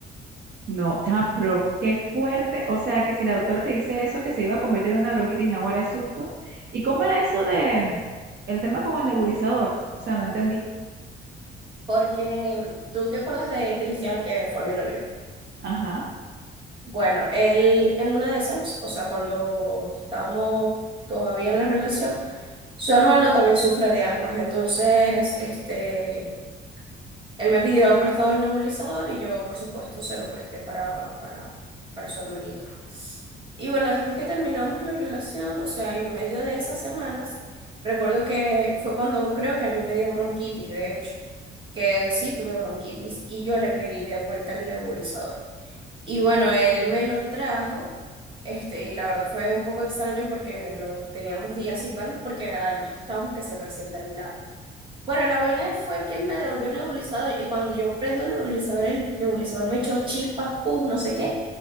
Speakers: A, on the right; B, on the right.
A: No, chama, pero qué fuerte. O sea, que si la doctora te dice eso, que se iba a convertir en una bronquitis naguara de susto. ¿Y cómo era eso de mm, el tema con el nebulizador? O sea, no entendí.
B: Porque mm, tú te acuerdas de Cristian que fue mi novio.
A: Ajá.
B: Bueno, él en una de esas, o sea, cuando estábamos todavía en la relación, su hermano también sufre de asma, entonces, este, él me pidió prestado el nebulizador y yo, por supuesto, se lo presté para, para, para su hermanito. Y bueno, después que terminamos la relación, o sea, en medio de esas semanas, recuerdo que fue cuando creo que a mí me dio bronquitis, de hecho, que sí tuve bronquitis y yo le pedí de vuelta el nebulizador. Y bueno, él me lo trajo, este, y la verdad fue un poco extraño porque no teníamos días sin vernos porque además estábamos que se recién terminado. Bueno, la vaina fue que él me devolvió el nebulizador y cuando yo prendo el nebulizador, el nebulizador me echó chispas, pus, no sé qué,